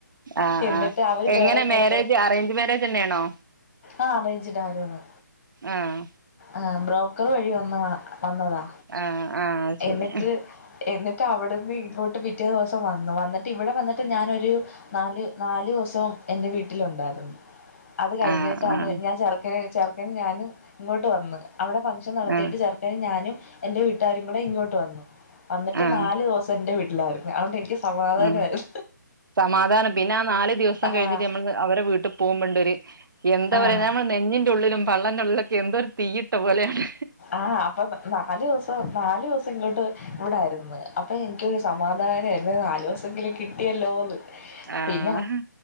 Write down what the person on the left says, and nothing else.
എന്നിട്ട്
അവര്
വേറെ ഡ്രസ്സ്
ആഹ അറാജിടായിരന്ന്
ആ ബ്രോക്കർ വഴി വന്ന് വന്നതാ
എന്നിട്ട് എന്നിട്ട് അവിടുന്ന് ഇങ്ങോട്ട് പിറ്റേ ദിവസം വന്നു വന്നിട്ട് ഇവിടെ വന്നിട്ട് ഞാനൊരു നാല് നാലു ദിവസവും എൻ്റെ വീട്ടിലുണ്ടായിരുന്നു അത് കഴിഞ്ഞിട്ടാണ്
ഞാൻ ചെറുക്കന് ചെറുക്കന് ഞാനും ഇങ്ങോട്ട് വന്നത് അവിടെ ഫംഗ്ഷൻ നടത്തിട്ട്
ചെറുക്കനും ഞാനും എൻ്റെ വീട്ടുകാരും കൂടെ ഇങ്ങോട്ട് വന്നു ന്നിട്ട്
നാല് ദോസം എന്റെ വീട്ടിലായിരുന്നു അതുകൊണ്ട് എനിക്ക് സമാധാനയിരുന്നു
ആഹ്
ആഹ്
ആഹ് അപ്പൊ നാല് ദിവസം നാല് ദോസം പ്പ ഇങ്ങോട്ട് ഇവിടായിരുന്നു അപ്പോ എനിക്കൊരു സമാധാനമായിരുന്നു നാലു ദിവസങ്കിലും കിട്ടിയല്ലോ ന്ന്
പിന്നെ